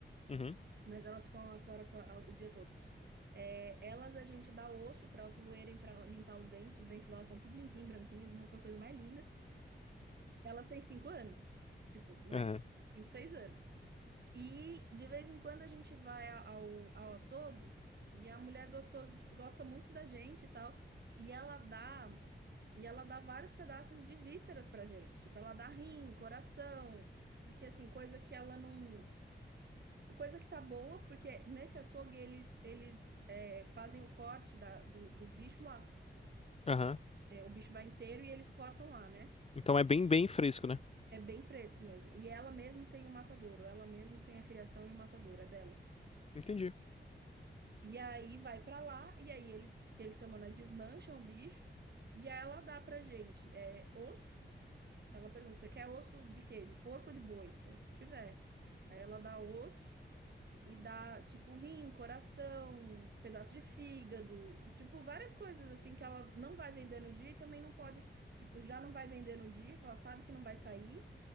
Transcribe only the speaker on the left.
Uhum.
Aham.
Aham.
Então é bem, bem fresco, né?
Entendi.